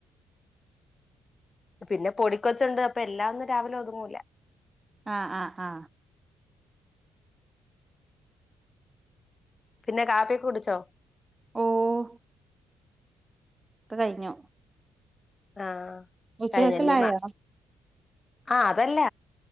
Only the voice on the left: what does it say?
പിന്നെ പൊടിക്കൊച്ചുണ്ട് അപ്പൊ എല്ലാം ഒന്നും രാവിലെ ഒതുങ്ങൂലാ
പിന്നെ കാപ്പിക്കെ കുടിച്ചോ
ആഹ്
കഴിഞ്ഞല്ലേ മാ ആഹ് അതല്ല